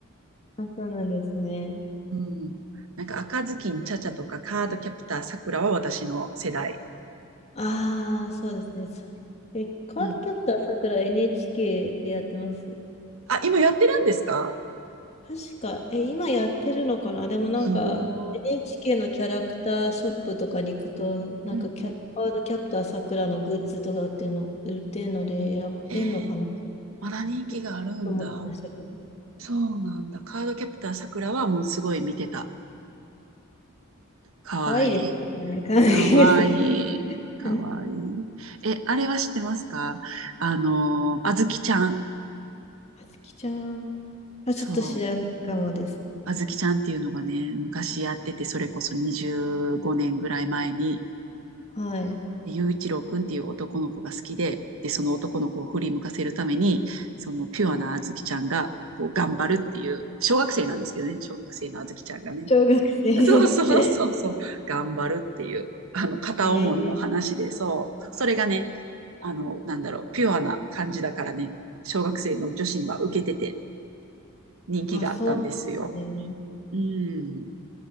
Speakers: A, on the left; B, on the right.
A: あ、そうなんですね。
B: うん。なんか赤ずきんちゃちゃとかカードキャプターさくらは私の世代。
A: ああ、そうですね。そえ、カードキャプターさくら
B: うん。
A: NHK でやってますよ。
B: あ、今やってるんですか
A: 確か、え、今やってるのかなでもなんか
B: すごー。
A: NHK のキャラクターショップとかに行くと、なんかキャ、
B: うんうん。
A: カードキャプターさくらのグッズとか売ってるの、売ってるので、やってんのかなっ
B: えー、まだ人気があるんだ。
A: て思ってましたけど。
B: そうなんだ。カードキャプターさくらはもうすごい見てた。かわいい。
A: かわいいですね。かわいいですね。
B: かわいい。かわいい。
A: <laughs>
B: え、あれは知ってますかあの、あずきちゃん。
A: あつきちゃんはちょっと知らないかもですね。
B: そう。あずきちゃんっていうのがね、昔やってて、それこそ25年ぐらい前に、
A: はい。
B: でゆういち一郎くんっていう男の子が好きで、で、その男の子を振り向かせるために、そのピュアなあずきちゃんが、こう頑張るっていう、小学生なんですけどね、小学生のあずきちゃんがね、
A: 小学生。
B: <laughs> そうそうそうそう、
A: <laughs>
B: 頑張るっていう、あの、片思いの話で、
A: えー、
B: そう、それがね、あの、なんだろう、ピュアな感じだからね、小学生の女子には受けてて人気があったんですよ。
A: あ、そうなんですね。
B: うん。